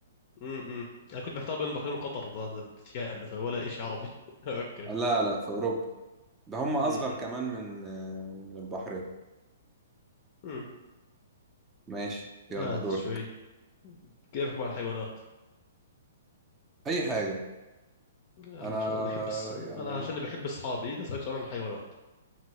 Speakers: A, on the left; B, on the right.
A: امم انا كنت محتار بين البحرين وقطر هذا الفاتيكان أصلاً ولا شيء عربي <laughs> اوكي
B: لا لا في أوروبا ده هم أصغر
A: امم
B: كمان من من البحرين
A: امم
B: ماشي يلا
A: هات
B: دورك
A: شوي كيفك مع الحيوانات
B: أي حاجة
A: يلا
B: أنا
A: عشان انا بحب الس...
B: يعني
A: انا عشان بحب اصحابي بدي اسالك سؤال عن الحيوانات